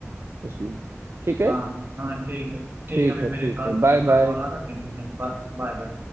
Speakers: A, on the right; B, on the right.
A: उसमें ठीक है
B: हाँ हाँ ठीक है ठीक
A: ठीक
B: है अभी
A: है
B: मेरे
A: ठीक
B: का-
A: है
B: दोस्त
A: बाय
B: का
A: बाय
B: कॉल आ रहा है फिर मिलते हैं बाय बाय बाय